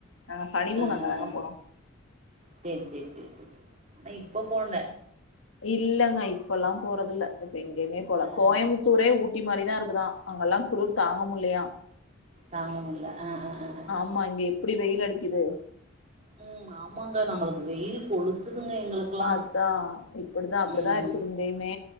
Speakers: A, on the left; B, on the right.
A: நாங் ஹனிமூன்
B: ஆ
A: அங்க
B: ஆ
A: தாங்க
B: ஆ
A: போனோ
B: சேரி சேரி சேரி சேரி சேரி ஆனா இப்ப போல
A: இல்லங்க இப்பல்லா போறத இல்ல இப்ப எங்கேயுமே போல
B: ஆ
A: கோயம்புத்தூரே
B: ஆ
A: ஊட்டி மாரிதா இருக்குதா அங்கெல்லா குளிர் தாங்க முல்லையா
B: தாங்கமுல்ல ஆ அ அ
A: ஆமா இங்க எப்டி வெயிலடிகிது
B: ம் ஆமாங்க நம்மளுக்கு வெயில் கொளுத்துதுங்க எங்கக்கெலா
A: அதா இப்டிதா அப்டிதா
B: ம்
A: இருக்குது இங்கயுமே